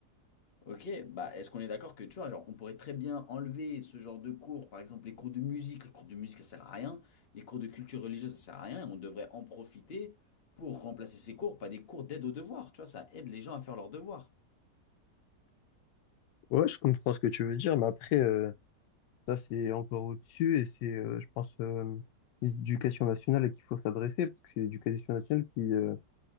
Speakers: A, on the left (about 40°); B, on the left (about 85°).
A: Ok, bah est-ce qu'on est d'accord que tu vois, genre, on pourrait très bien enlever ce genre de cours, par exemple les cours de musique, les cours de musique ça sert à rien, les cours de culture religieuse ça sert à rien, et on devrait en profiter pour remplacer ces cours par des cours d'aide aux devoirs, tu vois, ça aide les gens à faire leurs devoirs.
B: Ouais, je comprends ce que tu veux dire, mais après, euh, ça c'est encore au-dessus et c'est, euh, je pense, euh, l'éducation nationale à qui il faut s'adresser, parce que c'est l'éducation nationale qui, euh,